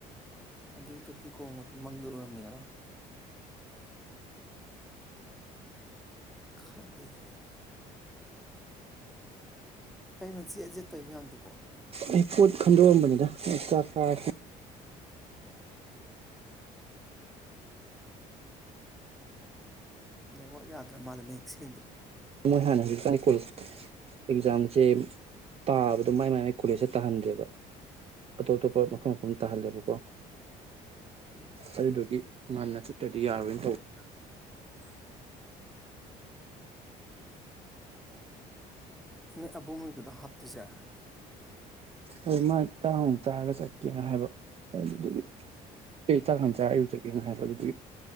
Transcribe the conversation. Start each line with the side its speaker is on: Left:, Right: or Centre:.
Centre: ꯑꯗꯨꯒꯤ ꯇꯣꯇꯤ ꯀꯣꯝꯒꯗꯣ ꯃꯪꯗ ꯎꯔꯝꯃꯦꯕ ꯈꯪꯗꯦꯗ ꯀꯩꯅꯣ ꯆꯦꯠ ꯖꯦꯠ ꯇꯣꯏ ꯃꯌꯥꯝꯗꯨꯕꯣ
Right: ꯑꯩ ꯄꯣꯠ ꯈꯟꯗꯣꯛ ꯑꯝꯕꯅꯤꯗ ꯆꯥꯛ ꯆꯥꯔꯗꯤ
Centre: ꯎꯝ ꯅꯦꯠꯋꯥꯛ ꯌꯥꯗ꯭ꯔꯥ ꯃꯥꯜꯂꯦ ꯃꯌꯦꯛ ꯁꯦꯡꯗ꯭ꯔꯦ
Right: ꯃꯣꯏ ꯍꯥꯟꯗꯤ ꯀꯥꯢ ꯀꯣꯏ ꯑꯦꯛꯖꯥꯝꯁꯦ ꯇꯥꯕꯗ ꯑꯗꯨ ꯃꯥꯏ ꯃꯥꯏ ꯀꯣꯂꯖꯇ ꯇꯥꯍꯟꯗ꯭ꯔꯦꯕ ꯑꯇꯣꯞ ꯑꯇꯣꯞꯄ ꯃꯐꯝ ꯃꯐꯝ ꯇꯥꯍꯜꯂꯦꯕꯀꯣ
Centre: ꯎꯝ
Right: ꯑꯗꯨꯗꯨꯒꯤ ꯉꯟꯅ ꯆꯠ ꯇꯗꯤ ꯌꯥꯔꯣꯏ
Centre: <unintelligible> ꯅꯣ ꯑꯕꯨꯡꯉꯣꯏꯒꯔꯣ ꯍꯥꯞꯇꯣꯏꯖꯦ
Right: ꯍꯣꯏ ꯃꯥꯏ ꯇꯥꯡꯃꯨꯛ ꯆꯥꯔꯒ ꯆꯠꯀꯦꯅ ꯍꯥꯏꯕ ꯑꯗꯨꯗꯨꯒꯤ ꯑꯦ ꯆꯥꯛꯉꯟ
Centre: ꯎꯝ
Right: ꯆꯥꯔ ꯑꯌꯨꯛ ꯆꯠꯀꯦ ꯍꯥꯏꯕ ꯑꯗꯨꯗꯨꯒꯤ